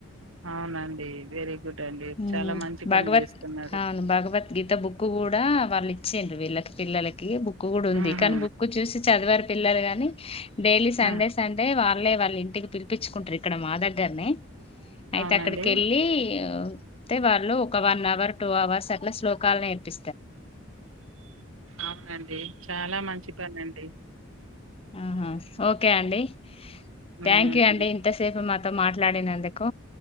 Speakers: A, on the right; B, on the left.
A: అవునండి వెరీ గుడ్ అండి
B: హ్మ్
A: చాలా మంచి పని
B: భగవత్
A: చేస్తున్నారు
B: అవును భగవద్గీత బుక్ కూడా వాళ్ళు ఇచ్చిర్రు వీళ్ళకి పిల్లలకి బుక్ కూడా ఉంది
A: ఉహు
B: కానీ, బుక్ చూసి చదవారు పిల్లలు గాని డైలీ సండే
A: ఉ
B: సండే వాళ్ళే వాళ్ళ ఇంటికి పిలిపించుకుంటరు ఇక్కడ మా దగ్గరనే అయితే
A: అవునండి
B: అక్కడికి వెళ్ళి అయితే వాళ్ళు ఒక వన్ అవర్ టూ అవర్స్ అట్లా శ్లోకాలు నేర్పి
A: అవునండి చాలా మంచి పనండి
B: హుహు ఓకే అండి
A: ఉమ్
B: థ్యాంక్ యూ అండి ఇంతసేపు మాతో మాట్లాడినందుక్